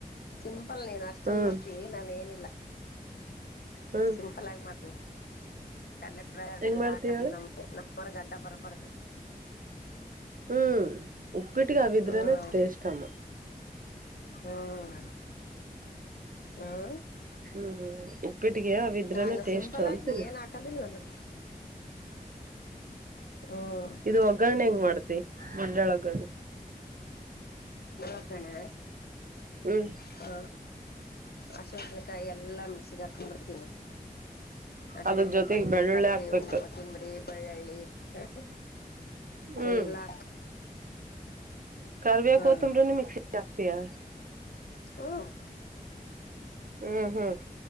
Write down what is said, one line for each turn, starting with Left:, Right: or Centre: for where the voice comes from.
Left: ಸಿಂಪಲ್ ನೀನ್ ಅಷ್ಟೊಂದ
Right: ಹ್ಮ್
Left: ಮಾಡ್ತೀವಿ ನಾನನ್ ಏನಿಲ್ಲ
Right: ಹ್ಮ್
Left: ಸಿಂಪಲ್ ಆಗಿ ಮಾಡತಿ ಕಡಲೆ ಕ
Right: ಹೆಂಗ್
Left: ಎಲ್ಲಾ
Right: ಮಾಡ್ತಿ
Left: ಹಾಕದ
Right: ಹೇಳು
Left: ನಮಗೆ ಒ ಗಂಟ ಪರಪಡದು
Right: ಹ್ಮ್ ಉಪ್ಪಿಟ್ಟಿಗೆ ಅವಿದ್ರೇನೆ
Left: ಹ್ಮ್
Right: ಟೇಸ್ಟ್ ಅಮ್ಮ
Left: ಹ್ಮ್ ಹಾ
Right: ಹ್ಮ್ ಉಪ್ಪಿಟ್ಟಿಗೆ ಅವಿದ್ರನೆ
Left: ನಾನು
Right: ಟೇಸ್ಟ್
Left: ಸಿಂಪಲ್
Right: ಅಂತಿನ
Left: ಆಗಿ ಏನ್ ಹಾಕದಿಲ್ಲ ನಾನು ಹ್ಮ್
Right: ಇದು ಒಗ್ಗರಣೆ ಹೆಂಗ್ ಮಾಡ್ತಿ ಮಂಡಾಳ ಒಗ್ಗರಣೆ
Left: ಎಕಣ್ಣ
Right: ಹ್ಮ್
Left: ಹಾ ಆಶಸಿನಕಾಯಿ ಎಲ್ಲಾ ಮಿಕ್ಸಿಗೆ ಹಾಕ್ಂಬಿಡ್ತೀನಿ ವಾಷಿನ್
Right: ಅದ್ರ
Left: ಮೆಷಿನ್ಕಾಯಿ
Right: ಜೊತೆಗ್ ಬೆಳ್ಳುಳ್ಳಿ
Left: ಕೊರಿಬೆ
Right: ಹಾಕ್ಬೇಕು
Left: ಉೂಪ್ಪ ತಿಂಬ್ರಿ ಬೆಳ್ಳಳ್ಳಿ ಹ್ಮ
Right: ಹ್ಮ್
Left: ಎಲ್ಲಾ
Right: ಕಾರವ
Left: ಹಾ
Right: ಕೊ ತುಂಬರನ್ನು ಮಿಕ್ಸ ರಾತಿ ಆ
Left: ಹ್ಮ್
Right: ಹ್ಮ್ ಹ್ಮ್